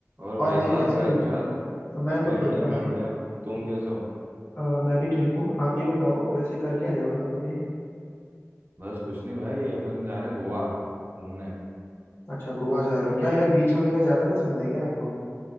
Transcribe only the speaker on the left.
और भाई
कैसे
हो
मैं तो
ठीक हूँ भाई
अ, मैं भी ठीक हूँ आप ये बताओ वैसे कर क्या रहे हो आप अभी
अच्छा गोवा जा रहे हो क्या यार बीच वगैरह ज्यादा पसंद है क्या आपको